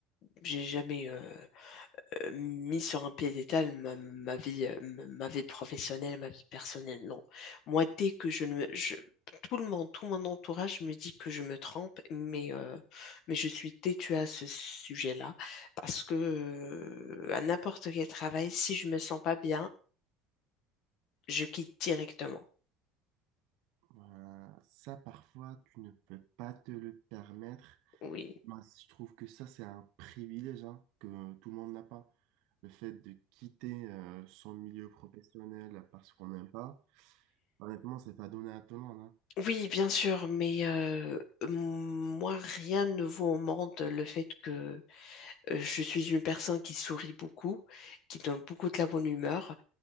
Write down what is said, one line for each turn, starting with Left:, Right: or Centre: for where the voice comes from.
Left: j'ai jamais euh, euh, mis sur un piédestal ma, ma vie, euh, m- ma vie professionnelle, ma vie personnelle. Non. Moi, dès que je ne me, je- tout le monde, tout mon entourage me dit que je me trompe, mais, euh, mais je suis têtue à ce sujet-là parce que euh, à n'importe quel travail, si je me sens pas bien, je quitte directement.
Right: Euh, ça, parfois, tu ne peux pas te le permettre
Left: Oui.
Right: Bah, je trouve que ça, c'est un privilège hein, que tout le monde n'a pas. Le fait de quitter euh, son milieu professionnel parce qu'on n'aime pas, honnêtement, c'est pas donné à tout le monde. hein.
Left: Oui, bien sûr, mais euh, moi, rien ne vaut au monde le fait que euh, je suis une personne qui sourit beaucoup, qui donne beaucoup de la bonne humeur.